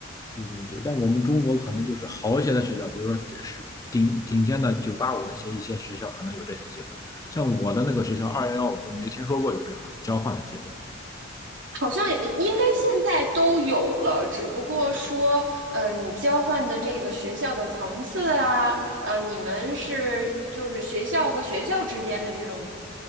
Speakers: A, on the left (about 20°); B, on the right (about 70°).
A: 对对对，但我们中国可能就是好一些的学校，比如说是顶顶尖的九八五那些一些学校，可能有这些机会。像我的那个学校二幺幺，我都没听说过有这种交换的机会。
B: 好像呃应该现在都有了，只不过说，呃，你交换的这个学校的层次啊，呃，你们是就是学校和学校之间的这种